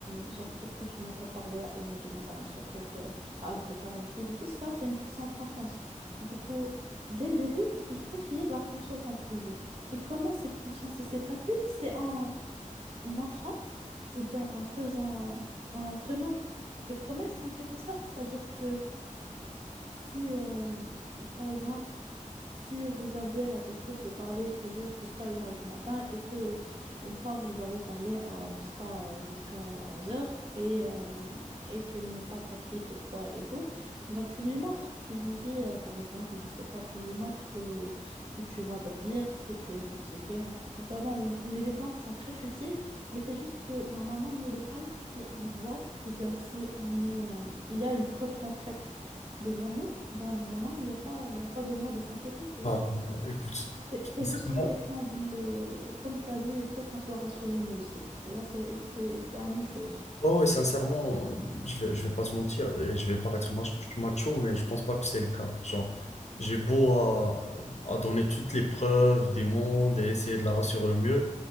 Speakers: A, on the right; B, on the left.
A: euh, genre, pourquoi tu m'as pas parlé à une heure du matin, ce truc, euh, alors que tu as l'habitude et tout ça, c'est une question de confiance. Du coup, dès le début, il faut qu'il y ait de la confiance entre vous. Et comment cette confiance s'établit? C'est en montrant ou bien en faisant, en tenant tes promesses en quelque sorte. C'est-à-dire que si, euh, par exemple, si vous avez l'habitude de parler toujours jusqu'à une heure du matin et que une fois vous avez parlé à, jusqu'à jusqu'à onze heures et, euh, et qu'elle n'est pas compris pourquoi et tout, bah, tu lui montres. Tu lui dis, euh, par exemple, je sais pas, tu lui montres que, que tu vas dormir parce que tu es fatigué, un truc comme ça. Bon, les exemples sont très futiles, mais c'est juste que normalement, nous les femmes, si on voit ou bien si on est, euh, il y a une preuve concrète devant nous, bah, normalement, il n'y a pas, il y a pas besoin de s'inquiéter, tu vois.
B: Ah, bon, écoute,
A: C'est
B: sincèrement,
A: c'est juste une question de, euh, comme tu as dit, il faut qu'on soit rassurés nous aussi, tu vois, c'est, c'est, c'est la même chose.
B: Ouais, ouais, sincèrement, euh, je vais, je vais pas se mentir et je vais paraître mach- macho, mais je pense pas que c'est le cas. Genre, j'ai beau à, à donner toutes les preuves des mondes et essayer de la rassurer au mieux.